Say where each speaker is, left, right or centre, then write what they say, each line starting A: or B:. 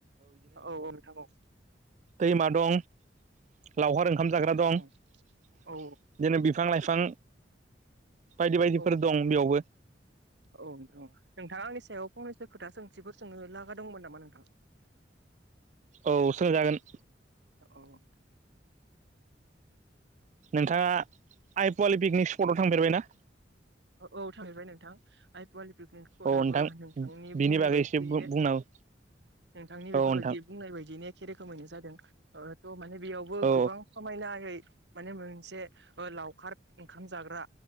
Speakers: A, on the right; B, on the right.
A: औ औ नोंथां औ।
B: दैमा दं। लावखार ओंखाम जाग्रा
A: औ नोंथां
B: दं <inaudible>
A: औ औ
B: बिदिनो बिफां-लाइफां बायदि बायदिफोर
A: औ नोंथां
B: दं
A: औ
B: बेयावबो।
A: औ नोंथां अ नोंथाङा आंनि सायाव फंनैसो खोथा सोंथिफोर सोंनो ला बा दंमोन नामा नोंथां? <inaudible>
B: औ सोलायजागोन।
A: औ।
B: नोंथाङा आइ पवालि पिकनिक स्पटआव थांफेरबाय ना?
A: औ थांहैबाय नोंथां आइ पवालि पिकनिक स्पटआबो
B: औ नोंथां
A: नोंथांनि
B: बिनि
A: बुंनाय
B: बागै
A: बायदियैनो।
B: एसे बुंना औ।
A: नोंथांनि बेफोरबायदि
B: नोंथां
A: बुंनाय बायदिनो एखे रोखोमैनो जादों। ओ थ' माने बेयावबो
B: औ
A: गोबां समायनायै माने मोनसे ओ लावखार ओंखाम जाग्रा